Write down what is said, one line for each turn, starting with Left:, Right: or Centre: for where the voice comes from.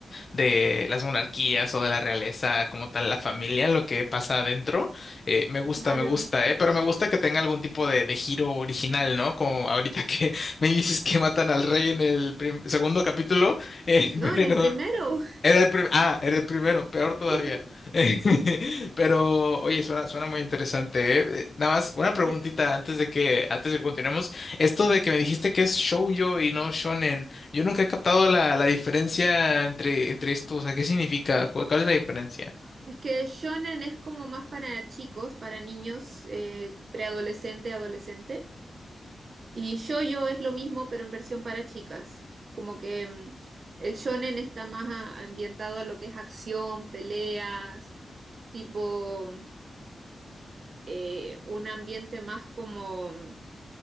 Left: de las monarquías o de la realeza como tal, la familia, lo que pasa adentro. Eh, me gusta,
Right: claro.
Left: me gusta, ¿eh? Pero me gusta que tenga algún tipo de, de giro original, ¿no? Como ahorita que <laughs> me dices que matan al rey en el prim- segundo capítulo, eh, <laughs>
Right: No,
Left: pero...
Right: en el primero.
Left: Era el prim- ah, era el primero, peor todavía.
Right: <laughs>
Left: <laughs> Pero, oye, suena, suena muy interesante, ¿eh? Eh, Nada más, una preguntita
Right: Sí.
Left: antes de que, antes de que continuemos. Esto de que me dijiste que es shoujo y no shonen, yo nunca he captado la, la diferencia entre, entre esto, o sea, ¿qué significa? ¿Cuál, cuál es la diferencia?
Right: Es que shonen es como más para chicos, para niños, eh, preadolescente, adolescente. Y shoujo es lo mismo, pero en versión para chicas. Como que mm, el shonen está más a- ambientado a lo que es acción, peleas, tipo mm, eh, un ambiente más como mm,